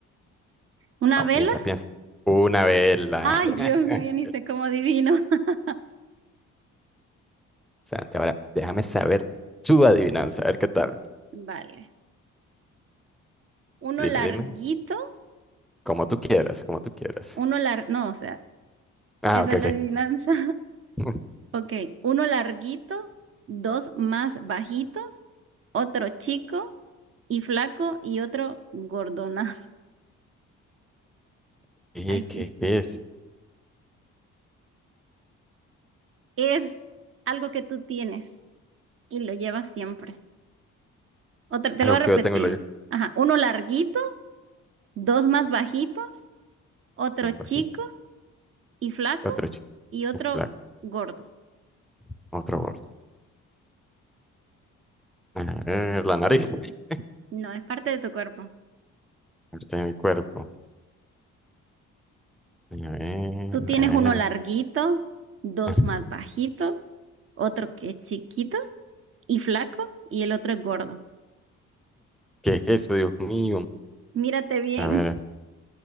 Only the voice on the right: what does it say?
una
vela.
Ay, Dios
mío, ni sé cómo adivino. <laughs>
Vale. Uno
larguito,
uno lar, no, o sea,
esa
es la
adivinanza.
Ok, uno larguito, dos más bajitos, otro chico y flaco y otro gordonazo. <laughs>
Está difícil.
Es algo que tú tienes y lo llevas siempre. Otra, te
lo voy a
repetir.
Ajá, uno larguito, dos más bajitos, otro
chico
y flaco
y otro
gordo.
No, es parte de tu cuerpo.
Tú tienes
uno
larguito, dos
más bajitos, otro que es chiquito y flaco y el otro es gordo.
Mírate bien.